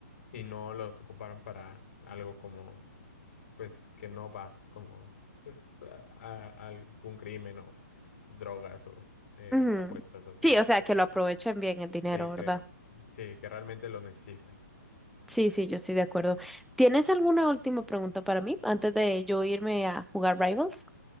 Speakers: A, on the left; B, in the centre.
A: y no los ocuparan para algo como, pues, que no va, como, pues, a, a- algún crimen o drogas o eh,
B: Ujú.
A: apuestas o así.
B: Sí, o sea, que lo aprovechen bien el dinero,
A: Sí,
B: ¿verdad?
A: que, sí, que realmente lo necesiten.
B: Sí, sí, yo estoy de acuerdo. ¿Tienes alguna última pregunta para mí antes de yo irme a jugar Rivals?